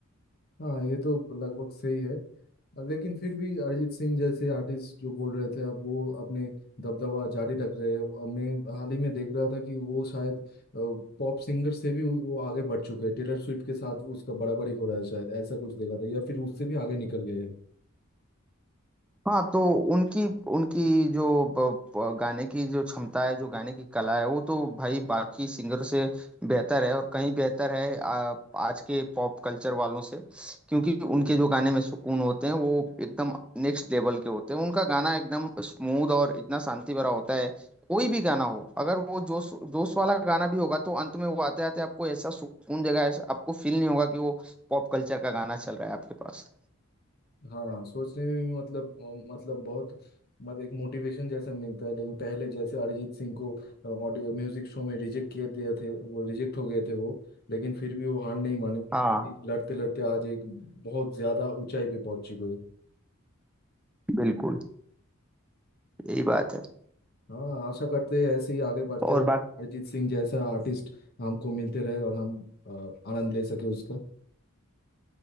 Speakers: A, on the left; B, in the centre.
A: हाँ ये तो लगभग सही है लेकिन फिर भी अरिजीत सिंह जैसे आर्टिस्ट जो बोल रहे थे अब वो अपने दबदबा जारी रख रहे हैं अब मैं हाल ही में देख रहा था कि वो शायद पॉप सिंगर से भी वो आगे बढ़ चुके हैं टेलर स्विफ्ट के साथ उसका बराबरी हो रहा है शायद ऐसा कुछ देखा था या फिर उससे भी आगे निकल गए हैं
B: हाँ तो उनकी उनकी जो ब- ब- गाने की जो क्षमता है जो गाने की कला है वो तो भाई बाकी सिंगर से बेहतर है और कहीं बेहतर है आ, आज के पॉप कल्चर वालों से क्योंकि उनके जो गाने में सुकून होते हैं वो एकदम नेक्स्ट लेवल के होते हैं उनका गाना एकदम स्मूथ और इतना शांति भरा होता है कोई भी गाना हो अगर वो जोश जोश वाला गाना भी होगा तो अंत में वो आते आते आपको ऐसा सुकून देगा ऐसा आपको फील नहीं होगा कि वो पॉप कल्चर का गाना चल रहा है आपके पास
A: हाँ सोचने में भी मतलब अ, मतलब बहुत मत एक मोटिवेशन जैसा मिलता है लेकिन पहले जैसे अरिजीत सिंह को अ, ऑडियो म्यूजिक शो में रिजेक्ट किए दिए थे वो रिजेक्ट हो गए थे वो लेकिन फिर भी वो हार नहीं माने
B: हाँ
A: जी। लड़ते लड़ते आज एक बहुत ज्यादा ऊंचाई पे पहुंच चुके हैं
B: बिल्कुल यही बात है
A: हाँ आशा करते हैं ऐसे ही आगे बढ़ते
B: और
A: रहे
B: बाकी
A: अरिजीत सिंह जैसा आर्टिस्ट हमको मिलते रहे और हम अ, आनंद ले सके उसका